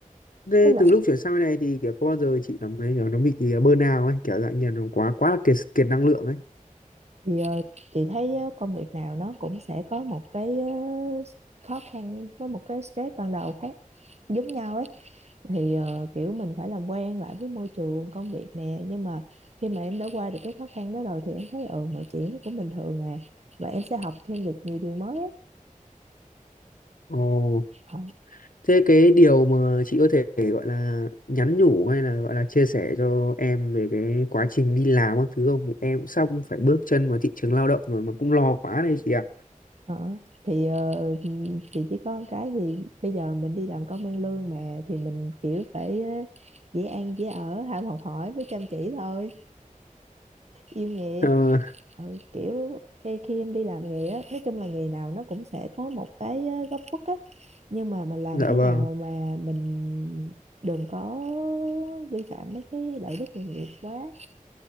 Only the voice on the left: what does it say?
thế
từ lúc chuyển sang bên này thì kiểu có bao giờ chị cảm thấy kiểu nó bị bơn nào ấy kiểu dạng như là nó quá quá là kiệt kiệt năng lượng ấy
ồ
Thế cái điều mà chị có thể gọi là nhắn nhủ hay là gọi là chia sẻ cho em về cái quá trình đi làm các thứ không? Vì em cũng sắp phải bước chân vào thị trường lao động rồi mà cũng lo quá đây chị ạ.
Ờ,
dạ
vâng.